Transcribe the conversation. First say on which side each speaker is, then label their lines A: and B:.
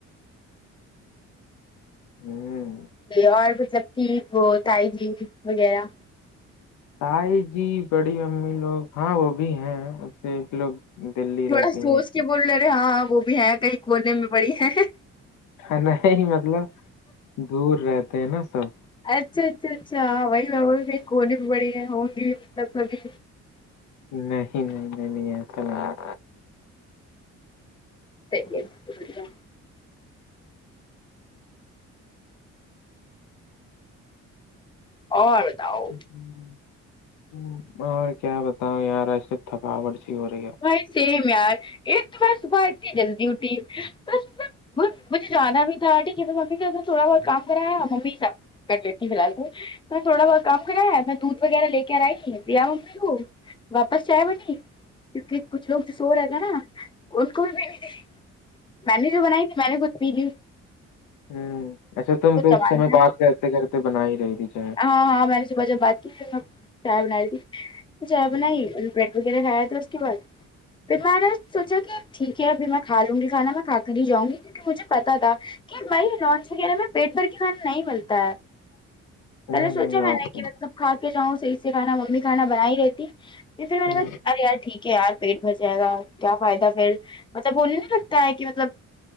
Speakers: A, on the left; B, on the left.
A: ہوں
B: اور مطلب کہ وہ تائی جی وغیرہ
A: تائی جی بڑی امی لوگ ہاں وہ بھی ہیں اسے ایک لوگ دلی
B: تھوڑا
A: رہتی
B: سوچ
A: ہیں ایک-
B: کے بول رہے رہے ہاں وہ بھی ہے کہیں کونے میں پڑی ہے
A: ہاں نہیں مطلب دور رہتے ہیں نا سب
B: اچھا اچھا اچھا وہی میی بولوں کے کونے بھی بڑی ہوں گی مطلب کبھی
A: نہیں نہیں نہیں نہیں ایسا نہیں
B: خیریت سب اچھا اور بیٹا آو
A: ہوں ہوں اور کیا بتاؤں یار ایسے تھکاوٹ سی ہو رہی ہے
B: بھائی سیم یار ایک تو میں صبح اتنی جلدی اٹھی صبح صبح مجھے جانا بھی تھا آٹی کی ممی کے ویسا تھوڑا بہت کام کرایا ممی س کر لیتی فی الحال تو میں تھوڑا بہت کام کرایا ہے میں دودھ وغیرہ لے کر آئی دیا ممی کو واپس جائے بنی کیونکہ کچھ لوگ جو سو رہے تھے نا اس کو بھی بھیج دے میں نے جو بنائی میں نےخود پیلی
A: ہوں ایسے تم تو
B: سامان
A: اس سمے
B: تھا
A: بات کرتے کرتے بنا ہی رہی تھی چاہے
B: ہاں ہاں میں نے صبح جب بات کی تھی نا میں چائے بنا رہ تھی تو چائے
A: ہوں
B: بنائی بریڈ وغیرہ لایا تھا اس کے بعد پھر میں نے سوچا کہ ٹھیک ہے پھر میں کھا لوں گی کھانا میں کھا کر ہی جاں گی کیونکہ مجھے پتا تھا کہ بھائی روچ وغیرہ میں پیٹ پر صحیح نہیں ملتا ہے
A: ہوں
B: پہلے سوچا
A: ہوں،
B: میں
A: اور
B: نے
A: کیا
B: کہ مطلب کھا کے جاؤں صحیح سے سے کھانا ممی کھانا بننا ہی رہتی
A: ہوں
B: <unintelligible> کیا یار پیٹ بھر جائے گا کیا فائدہ پھر مطلب بولنے لگتا ہے کہ مطلب